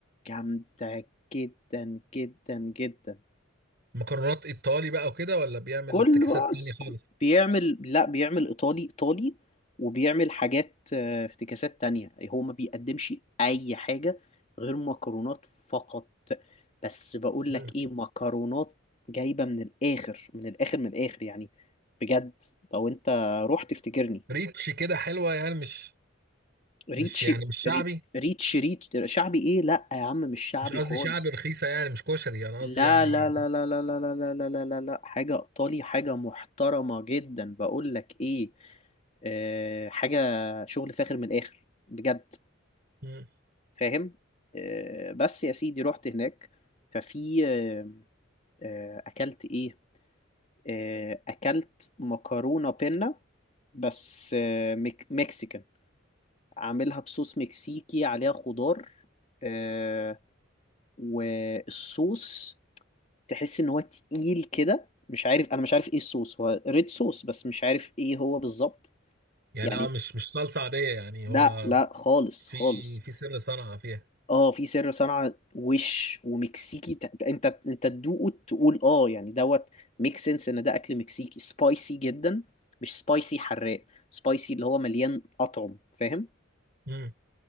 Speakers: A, on the left; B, on the right.
A: جامدة جدا جدا جدا
B: مكرونات ايطالي بقى وكده ولا بيعمل
A: كل
B: افتكاسات
A: باص
B: تانية
A: ك-
B: خالص
A: بيعمل لا بيعمل ايطالي ايطالي وبيعمل حاجات آه، افتكاسات تانية هو ما بيقدمش اي حاجة غير مكرونات فقط بس بقول
B: مم.
A: لك ايه مكرونات جايبة من الاخر من الاخر من الاخر يعني بجد لو انت رحت تفتكرني
B: ريتش كده حلوه يعني مش
A: ريتش
B: مش يعني مش شعبي
A: ري- ريتش ريتش شعبي ايه لا يا عم مش شعبي
B: مش قصدي
A: خالص
B: شعبي رخيصه يعني مش كشري انا
A: لا
B: قصدي يعني
A: لا لا لا لا لا لا لا لا لا لا لا حاجة إيطالي حاجة محترمة جدا بقول لك إيه آه حاجة شغل فاخر من الآخر بجد
B: مم.
A: فاهم آه بس يا سيدي رحت هناك ففي آه آه أكلت إيه آه أكلت مكرونة بينا بس آه مك مكسيكان عاملها بصوص مكسيكي عليها خضار آه والصوص تحس ان هو تقيل كده مش عارف انا مش عارف ايه الصوص هو ريد صوص بس مش عارف ايه هو بالظبط
B: يعني
A: يعني
B: اه مش مش صلصه عاديه يعني
A: لا
B: هو
A: لا خالص
B: في
A: خالص
B: في سر صنعه فيها
A: اه في سر صنعة وش ومكسيكي ت- ت- انت انت تدوقه تقول اه يعني دوت ميك سنس ان ده اكل مكسيكي سبايسي جدا مش سبايسي حراق سبايسي اللي هو مليان اطعم فاهم
B: امم